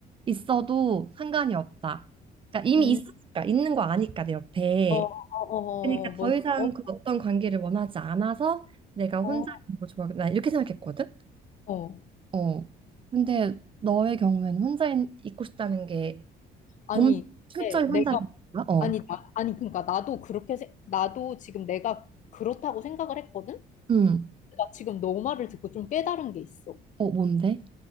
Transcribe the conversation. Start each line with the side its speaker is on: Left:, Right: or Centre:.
Right: 있어도 상관이 없다. 그러니까 이미
Left: 응
Right: 있으니까 있는 거 아니까 내 옆에.
Left: 어, 어, 어,
Right: 그러니까
Left: 어, 뭔,
Right: 더 이상
Left: 어,
Right: 그 어떤 관계를 원하지 않아서 내가
Left: 어,
Right: 혼자 있는 걸 좋아하겠다. 나 이렇게 생각했거든.
Left: 어.
Right: 어. 근데 너의 경우에는 혼자 있, 고 싶다는 게
Left: 아니,
Right: 정말 철저히
Left: 네,
Right: 혼자라는
Left: 내가,
Right: 거야? 어.
Left: 아니, 나, 아니, 그러니까 나도 그렇게, 생- 나도 지금 내가 그렇다고 생각을 했거든?
Right: 음.
Left: 나 지금 너 말을 듣고 좀 깨달은 게 있어.
Right: 어, 뭔데?